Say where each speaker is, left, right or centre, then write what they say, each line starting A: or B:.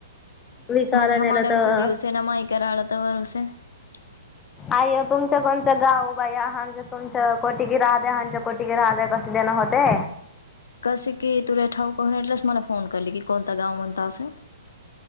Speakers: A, on the left (about 80°); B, on the left (about 15°).
A: <unintelligible>
B: विकायला नेलं तर आयो तुमचं कोणतं गाव बाई हामच तुमच कोटीगी राह द हच्या कोटीगी राह द कस देणं होते
A: कस की तुला ठाऊक होऊन वाटलस मला फोन कर लगी की कोणता गाव म्हणता अस